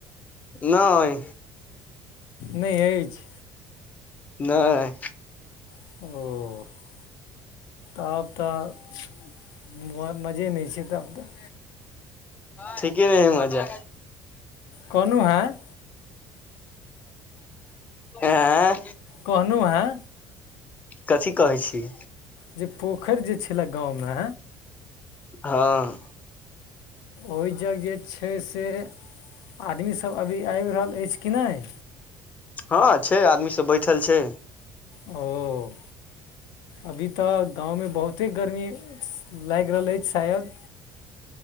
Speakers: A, on the left (about 25°); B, on the left (about 75°).
A: नहि।
B: नहि एछ?
A: नहि।
B: ओ। अब तऽ मजे नहि छै तब तऽ
A: ठीके नहि मजा।
B: कहलहुँ हेँ
A: आँ।
B: कहलहुँ हेँ
A: कथी कहै छी?
B: जे पोखरि जे छलए गाँवमे।
A: हँ।
B: ओहि जग जे छै से आदमीसभ अभी आबि रहल अछि कि नहि?
A: हँ छै आदमी सब बैठल छै।
B: ओ। अभी तऽ गाँवमे बहुते गर्मी लागि रहल अछि शायद।